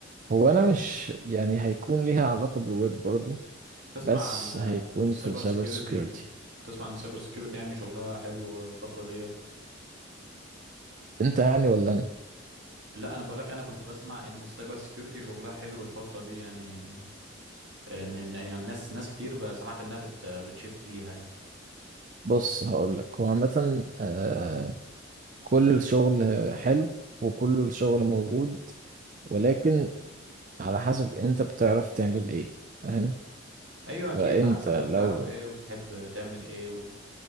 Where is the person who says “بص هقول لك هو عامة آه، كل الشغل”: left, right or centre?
Right